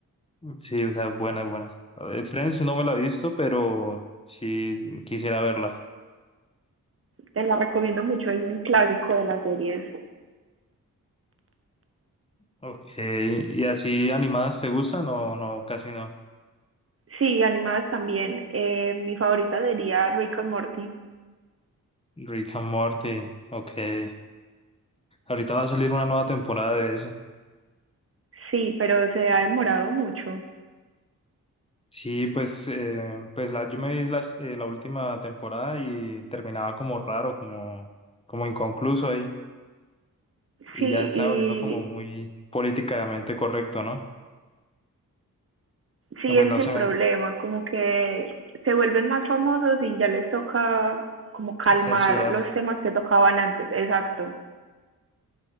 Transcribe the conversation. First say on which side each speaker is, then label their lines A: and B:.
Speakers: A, on the left; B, on the right.
A: Sí, o sea, buena, buena. A ver, Friends no me la he visto, pero sí quisiera verla.
B: Te la recomiendo mucho. Es un clásico de las series.
A: Ok, ¿y así animadas te gustan? No, no, casi no.
B: Sí, animadas también. Eh, mi favorita sería Rick and Morty.
A: Rick and Morty, ok. Ahorita va a salir una nueva temporada de ese.
B: Sí, pero se ha demorado mucho.
A: Sí, pues, eh, pues la, yo me vi las- eh, la última temporada y terminaba como raro, como, como inconcluso ahí. Y
B: Sí,
A: ya se estaba
B: y
A: volviendo como muy políticamente correcto, ¿no?
B: Sí,
A: No, Pues
B: ese
A: no
B: es el
A: se
B: problema,
A: me
B: como que se vuelven más famosos y ya les toca como calmar
A: censurar.
B: los temas que tocaban antes. Exacto.